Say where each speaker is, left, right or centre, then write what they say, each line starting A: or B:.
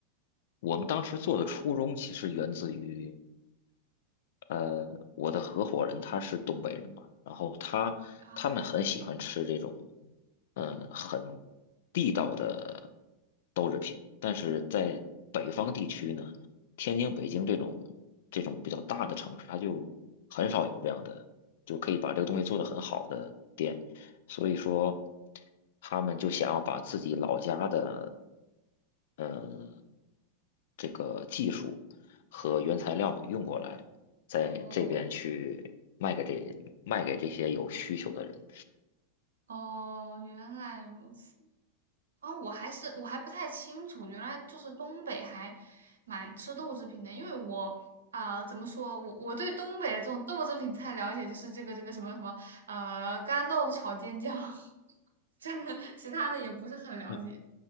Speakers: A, on the left; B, on the right.
A: 我们当时做的初衷其实源自于，呃，我的合伙人他是东北人嘛，然后他他们很喜欢吃这种，
B: 啊，
A: 嗯、很地道的豆制品，但是在北方地区呢，天津、北京这种这种比较大的城市，它就很少有这样的，就可以把这个东西做得很好的店，所以说他们就想要把自己老家的，呃，这个技术和原材料用过来。在这边去卖给这卖给这些有需求的人。
B: 哦，哦，原来如此。哦，我还是我还不太清楚，原来就是东北还蛮吃豆制品的，因为我啊、怎么说，我我对东北的这种豆制品菜了解就是这个这个什么什么呃干豆炒尖椒，<laughs> 这个其他的也不是很了解。
A: 嗯，